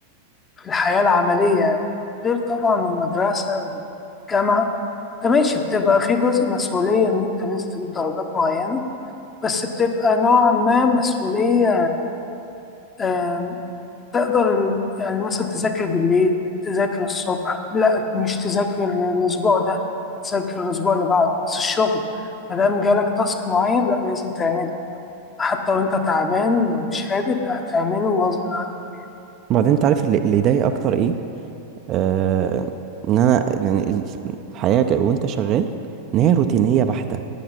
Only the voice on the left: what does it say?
الحياة العملية غير طبعا المدرسة والجامعة انت ماشي بتبقى في جزء مسؤولية ان انت لازم تجيب درجات معينة بس بتبقى نوعا ما مسؤولية آم، تقدر ال- يعني مثلا تذاكر بالليل تذاكر الصبح لا مش تذاكر الأسبوع ده هتذاكر الأسبوع اللي بعده بس الشغل مادام جالك تاسك معين لا لازم تعمله حتى وانت تعبان ومش قادر لا هتعمله غصب عنك